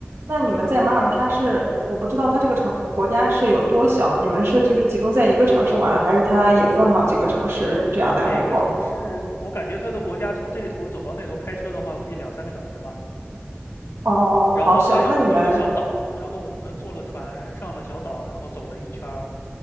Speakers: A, on the right; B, on the left.
A: 那你们在马耳他是，我不知道它这个城国家是有多小，你们是就是集中在一个城市玩，还是它也分好几个城市这样来回逛？
B: 就是它每个城市，我感觉它的国家从这一头走到那头开车的话，估计两三个小时吧。
A: 哦，
B: 然后它有很多个小岛，
A: 好小，那你们，
B: 然后我们坐了船上了小岛，然后走了一圈儿，